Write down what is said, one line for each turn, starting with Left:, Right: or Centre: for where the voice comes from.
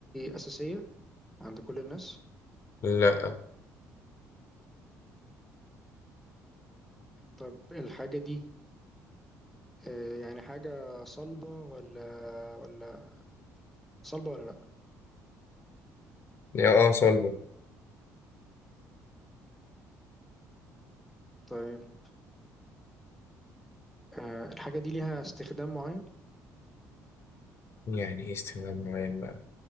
Centre: أساسية عند كل الناس
Left: لا
Centre: طب الحاجة دي آه يعني حاجة صلبة ولا ولا صلبة ولا لأ
Left: يا اه صلبه
Centre: طيب آه الحاجة دي ليها استخدام معين
Left: يعني ايه استخدام معين بقى